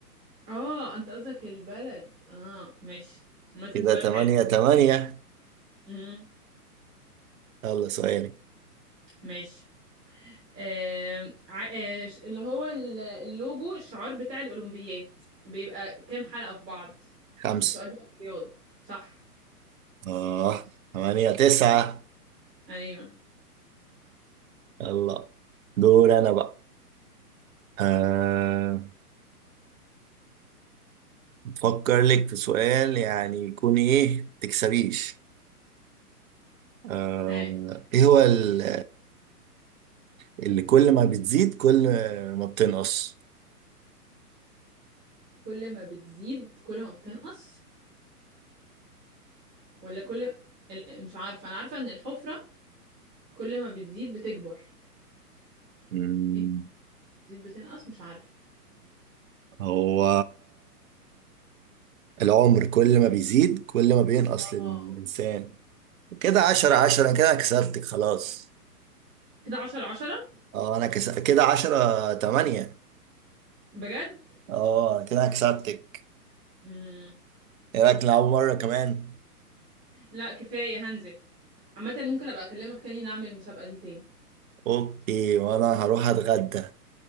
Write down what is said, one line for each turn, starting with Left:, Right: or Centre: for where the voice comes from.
Centre: اه أنت قصدك البلد اه ماشي عامة
Right: إذا
Centre: سؤال
Right: تمانية
Centre: حلو
Right: تمانية
Centre: امم
Right: يلا سؤالي
Centre: ماشي آم، ع- آه، ش- اللي هو ال- اللوجو الشعار بتاع الأولمبيات بيبقى كام حلقة في بعض
Right: خمسة
Centre: ده سؤال بقى في الرياضة صح
Right: آه
Centre: شاطر
Right: تمانية تسعة
Centre: ايوه
Right: يلا دور أنا بقى آه فكر لك في سؤال يعني يكون إيه ما تكسبيش آه
Centre: هاي
Right: إيه هو ال- اللي كل ما بتزيد كل ما بتنقص
Centre: كل ما بتزيد كل ما بتنقص ولا كل ال- مش عارفة انا عارفة ان الحفرة كل ما بتزيد بتكبر
Right: مم،
Centre: ايه بتزيد بتنقص مش عارفة
Right: هو العمر كل ما بيزيد كل ما بينقص
Centre: اه
Right: للإنسان كده عشرة عشرة
Centre: صح.
Right: كده أنا كسبتك خلاص
Centre: كده عشرة عشرة
Right: اه انا كس... كده عشرة تمانية
Centre: بجد
Right: اه كده أنا كسبتك
Centre: مم.
Right: ايه رأيك نلعب مرة كمان
Centre: لا كفاية هنزل عامة ممكن ابقى اكلمك تاني نعمل المسابقة دي تاني
Right: اوكي وانا هروح اتغدى